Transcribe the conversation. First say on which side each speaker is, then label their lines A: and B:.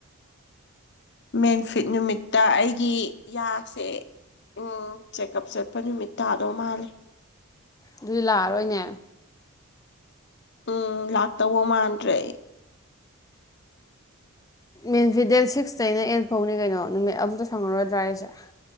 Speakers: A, on the left; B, on the left.
A: ꯃꯦꯟ ꯐꯤꯠ ꯅꯨꯃꯤꯠꯇ ꯑꯩꯒꯤ ꯌꯥꯁꯦ ꯎꯝ ꯆꯦꯛꯑꯞ ꯆꯠꯄ ꯂꯨꯄ ꯅꯨꯃꯤꯠ ꯇꯥꯗꯧ ꯃꯥꯜꯂꯦ
B: ꯑꯗꯨꯗꯤ ꯂꯥꯛꯑꯔꯣꯏꯅꯦ
A: ꯎꯝ ꯂꯥꯛꯇꯧꯕ ꯃꯥꯟꯗ꯭ꯔꯦ
B: ꯃꯦꯟꯁꯤ ꯗꯦꯠ ꯁꯤꯛꯁꯇꯩꯅ ꯑꯦꯟ ꯐꯧꯅꯤ ꯀꯩꯅꯣ ꯅꯨꯃꯤꯠ ꯑꯃꯨꯛꯇ ꯁꯪꯉꯔꯣꯏꯗ꯭ꯔꯥ ꯍꯥꯏꯁꯦ